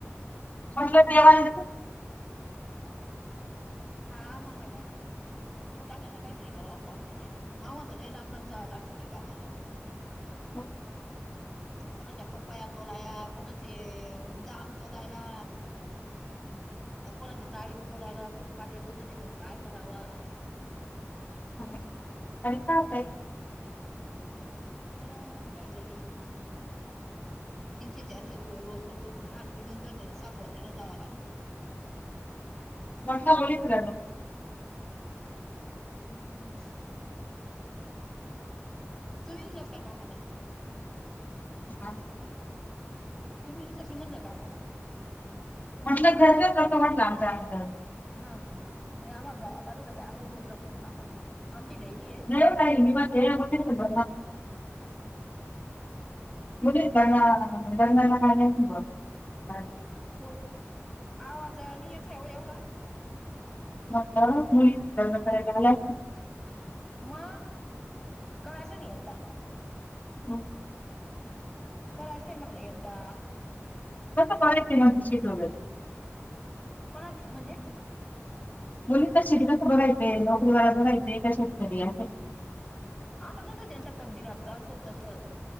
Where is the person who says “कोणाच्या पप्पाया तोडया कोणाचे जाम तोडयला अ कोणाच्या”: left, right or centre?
Centre